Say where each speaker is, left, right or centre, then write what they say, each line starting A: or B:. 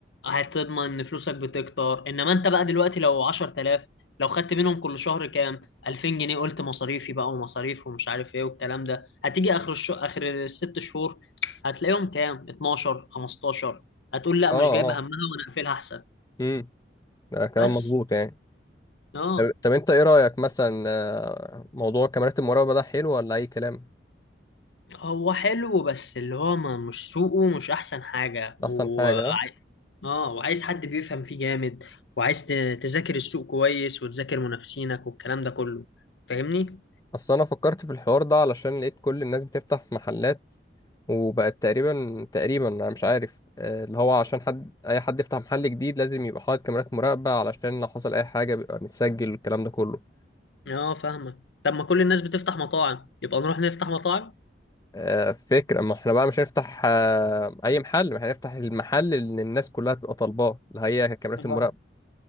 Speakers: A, on the left; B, on the left.
A: هتضمن ان فلوسك بتكتر انما انت بقى دلوقتي لو 10000 لو خدت منهم كل شهر كام 2000 جنيه قلت مصاريفي بقى ومصاريف ومش عارف ايه والكلام ده هتيجي اخر الش... اخر الست شهور هتلاقيهم كام 12 15 هتقول لا
B: اه
A: مش جايبه
B: اه
A: همها وانا اقفلها احسن
B: امم ده كلام
A: بس
B: مظبوط يعني
A: اه
B: طب, طب انت ايه رايك مثلا آه، موضوع كاميرات المراقبه ده حلو ولا اي كلام
A: هو حلو بس اللي هو ما مش سوقه مش احسن حاجه
B: ده
A: و...
B: احسن حاجه آه؟
A: اه وعايز حد بيفهم فيه جامد وعايز ت- تذاكر السوق كويس وتذاكر منافسينك والكلام ده كله فاهمني
B: اصل انا فكرت في الحوار ده علشان لقيت كل الناس بتفتح محلات وبقت تقريبا تقريبا انا مش عارف آه، اللي هو عشان حد اي حد يفتح محل جديد لازم يبقى حاطط كاميرات مراقبة علشان لو حصل اي حاجة بيبقى متسجل والكلام ده كله
A: اه فاهمك طب ما كل الناس بتفتح مطاعم يبقى نروح نفتح مطاعم
B: آه، فكرة ما احنا بقى مش هنفتح آه، اي محل ما احنا هنفتح المحل اللي الناس كلها تبقى طالباه اللي هي كاميرات
A: اه
B: المراقبة